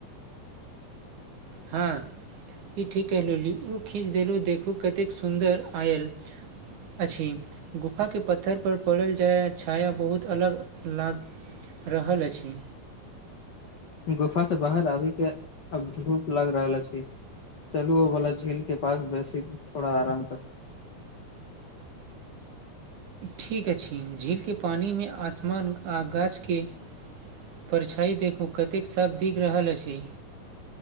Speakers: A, on the right (about 60°); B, on the left (about 75°).
A: हँ ई ठीक कहली ओ खीच देलहुँ देखू कतेक सुन्दर आयल अछि गुफाके पत्थरपर पड़ल जाय छाया बहुत अलग लाग रहल अछि
B: गुफा से बाहर आबे के अब धूप लग रहल अछी चलू ओ बला झील के पास वैसेथोड़ा आराम कर
A: ठीक अछि झीलके पानिमे आसमान आ गाछके परछाई देखू कतेक सभ दिग रहल अछि